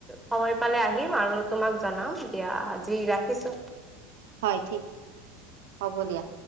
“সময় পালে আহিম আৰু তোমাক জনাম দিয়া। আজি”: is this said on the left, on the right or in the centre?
Centre